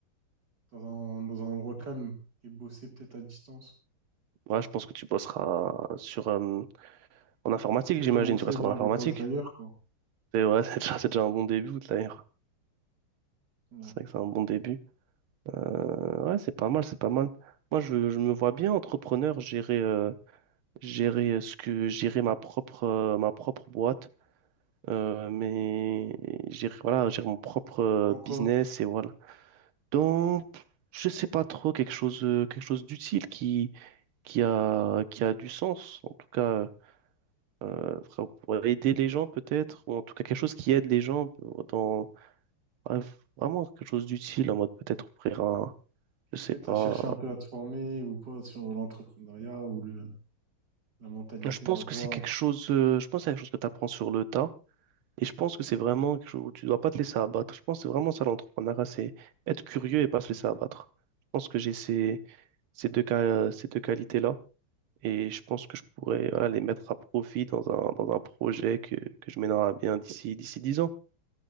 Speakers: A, on the right (about 50°); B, on the right (about 80°).
A: dans un, dans un endroit calme et bosser peut-être à distance.
B: Ouais, je pense que tu bosseras sur, euh, en informatique,
A: Un peu
B: j'imagine.
A: comme on fait
B: Tu resteras
A: là
B: dans l'informatique.
A: avec Outlier, quoi.
B: C'est ouais, <laughs> c'est déjà, c'est déjà un bon début, d'ailleurs.
A: Ouais.
B: C'est vrai que c'est un bon début. Euh, ouais, c'est pas mal, c'est pas mal. Moi, je, je me vois bien entrepreneur, gérer, euh, gérer euh, ce que, gérer ma propre, euh, ma propre boîte, euh, mais gérer, voilà, gérer mon propre euh,
A: En quoi?
B: business et voilà. Donc, je sais pas trop quelque chose, euh, quelque chose d'utile qui qui a, qui a du sens, en tout cas, euh, vra- pour aider les gens peut-être, ou en tout cas quelque chose qui aide les gens euh, dans ouais, vraiment quelque chose d'utile, en mode peut-être ouvrir un, je
A: Est-ce
B: sais
A: que tu
B: pas.
A: as cherché un peu à te former ou quoi sur l'entrepreneuriat ou le- la mentalité
B: un- Je pense
A: à avoir?
B: que c'est quelque chose, euh, je pense que c'est quelque chose que tu apprends sur le tas, et je pense que c'est vraiment quelque chose où tu dois pas te laisser abattre. Je pense que c'est vraiment ça l'entrepreneuriat, c'est être curieux et pas se laisser abattre. Je pense que j'ai ces, ces deux, ca- ces deux qualités-là. Et je pense que je pourrais voilà, les mettre à profit dans un, dans un projet que, que je mènerai à bien d'ici d'ici 10 ans.